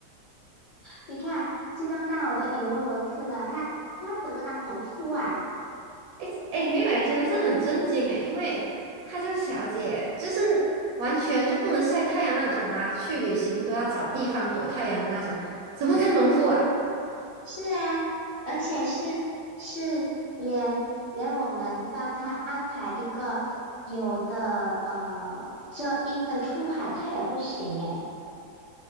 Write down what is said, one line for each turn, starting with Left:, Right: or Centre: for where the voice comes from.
Left: 你看，激动到我都语无伦次了。她，她要怎么当农夫啊？
Right: 哎哎，没有哎，真的是很震惊哎，因为她这个小姐就是完全就不能晒太阳那种啊，去旅行都要找地方躲太阳那种，怎么当农夫啊？
Left: 是啊，而且是是连连我们帮她安排一个有的呃遮阴的出海，她也不行诶。